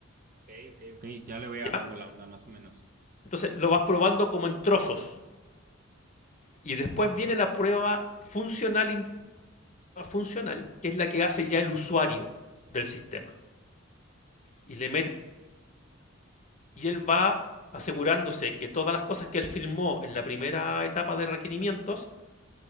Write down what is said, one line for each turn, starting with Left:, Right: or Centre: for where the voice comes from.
Right: ok, ok, ok. Ya le voy agarrando
Left: ¿ya?
Right: la onda, más o menos.
Left: Entonces lo vas probando como en trozos. Y después viene la prueba funcional, in- funcional, que es la que hace ya el usuario del sistema. Y le mete, y él va asegurándose que todas las cosas que él firmó en la primera etapa de requerimientos,